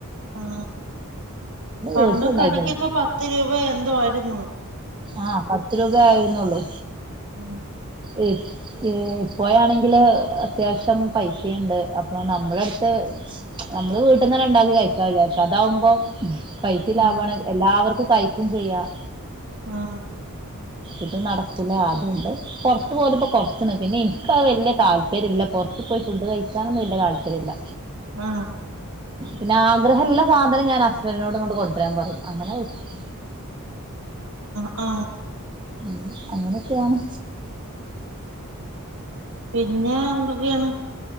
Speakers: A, on the right; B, on the right.
A: ആ പണ്ട്
B: വീട്ടിലുണ്ടാക്കി
A: കടിക്കപ്പോ പത്ത് രൂപ എന്തോയിരുന്നു
B: ആ പ രൂപയായിരുന്നുള്ളൂ
A: ആ
B: ഈ ഇപ്പോ ആണെങ്കില് അത്യാവശ്യം പൈസുണ്ട് അപ്പൊ നമ്മളടുത്ത് നമ്മള് വീട്ടന്നെ ഉണ്ടാക്കി കഴിക്കാ വിചാരിച്ചാ അതാവുമ്പോം പൈസി ലാ
A: ആഹ്
B: ഭാണ് എല്ലാവർക്കും കൈയ്ക്കും ചെയ്യാം
A: ആ
B: ഇത് നടക്കൂല അതുകൊണ്ട് പുറത്ത് പോകലിപ്പോ കുറച്ച് ണ് പിന്നെ എനക്കഹ് വല്യ യ താല്പര്യല്ല പുറത്ത് പോയി ഫുഡ് കഴിക്കാനൊന്നും വല്യ യ താല്പര്യല്ല
A: ആ
B: പിന്നെ ആഗ്രഹല്ലസാധനം ഞാൻ ഹസ്ബന്റിനോട് ഇങ്ങട്ട് കൊണ്ടരാൻ പറി അങ്ങനെ വെക്കും
A: ആ
B: ഉ അങ്ങനൊക്കെണ്
A: പിന്നെ എന്തൊക്കെണ്